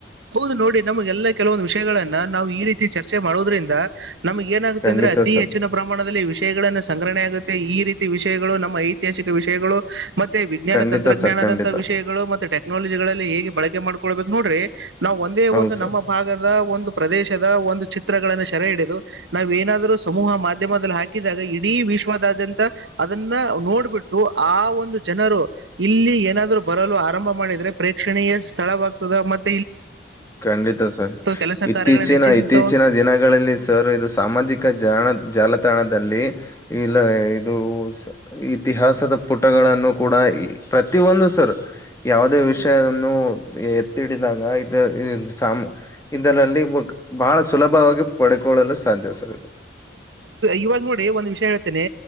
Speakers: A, on the right (about 75°); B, on the left (about 15°).
A: ಹೌದು ನೋಡಿ ನಮ್ಗೆ ಎಲ್ಲಾ ಕೆಲವೊಂದು ವಿಷಯಗಳನ್ನ ನಾವ್ ಈ ರೀತಿ ಚರ್ಚೆ ಮಾಡೋದ್ರಿಂದ ನಮ್ಗ್ ಏನಾಗುತ್ತೆ
B: ಖಂಡಿತ
A: ಅಂದ್ರೆ ಅತಿ
B: ಸರ್
A: ಹೆಚ್ಚಿನ ಪ್ರಮಾಣದಲ್ಲಿ ವಿಷಯಗಳನ್ನ ಸಂಗ್ರಹಣೆ ಆಗುತ್ತೆ ಈ ರೀತಿ ವಿಷಯಗಳು ನಮ್ಮ ಐತಿಹಾಸಿಕ ವಿಷಯಗಳು ಮತ್ತೆ ಮತ್ತೆ ವಿಜ್ಞಾನ
B: ಖಂಡಿತ
A: ತಂತ್ರಜ್ಞಾನದಂತಹ
B: ಸರ್ ಖಂಡಿತ
A: ವಿಷಯಗಳು ಮತ್ತೆಟೆಕ್ನಾಲಜಿಗಳಲ್ಲಿ ಹೇಗೆ ಬಳಕೆ ಮಾಡ್ಕೊಳ್ಬೇಕು ನೋಡ್ರಿ ನಾವವು ಒಂದೇ
B: ಹೌದು
A: ಒಂದು
B: ಸರ್
A: ನಮ್ಮ ಭಾಗದ ಒಂದು ಪ್ರದೇಶ ಒಂದು ಚಿತ್ರಗಳನ್ನು ಸೆರೆ ಹಿಡಿದು ನಾವವು ಏನಾದರೂ ಸಮೂಹ ಮಾಧ್ಯಮದಲ್ಲಿ ಹಾಕಿದಾಗ ಇಡೀ ವಿೀಶ್ವದ ಂತ ಅದನ್ನ ನೋಡ್ಬಿಟ್ಟು ಆ ಒಂದು ಜನರು ಇಲ್ಲಿ ಏನಾದ್ರೂ ಬರಲು ಆರಂಭ ಮಾಡಿದ್ರೆ ಪ್ರೇಕ್ಷಣೀಯ ಸ್ಥಳವಾಗ್ತದ ಮತ್ತುತ್ತೆ
B: ಖಂಡಿತ ಸರ್
A: ಕೆಲಸ
B: ಇತ್ತೀಚಿನ
A: ಕಾರ್ಯಗಳನ್ನ ಹೆಚ್ಚಿಗೆ
B: ಇತ್ತೀಚಿನ
A: ಸಿಗ್ತಾವ
B: ದಿನಗಳಲ್ಲಿ ಸರ್ ಇದು ಸಾಮಾಜಿಕ ಜ ಜಾಲ ತಾಣದಲ್ಲಿ ಇಲ್ಲ ಇದು ಇತಿಹಾಸದ ಪುಟಗಳನ್ನು ಕೂಡ ಪ್ರತಿ ಒಂದು ಸರ್ ಯಾಾವದೇ ವಿಷಯವನ್ನು ಎತ್ತಿಡಿದಾಗ ಸಾಮ ಇದರಲ್ಲಿ ಬಹಳ ಸುಲಭವಾಗಿ ಪಡೆಕೊಳ್ಳಲು ಸಾಧ್ಯಿಸುದು
A: ಇವಾಗ ನೋಡಿ ಒಂದ್ ವಿಷಯ ಹೇಳ್ತೇನೆ